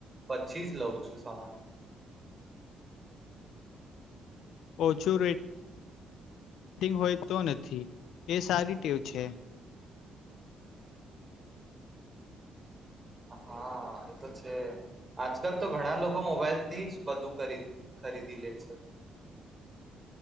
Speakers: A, on the right; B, on the left.
A: પછી જ લઉં છું સમાન
B: ઓછું રેટિંગ હોય તો નથી એ સારી ટેવ છે
A: હા એ તો છે આજકાલ તો ઘણા લોકો મોબાઈલથી જ બધું ખ ખરીદી લે છે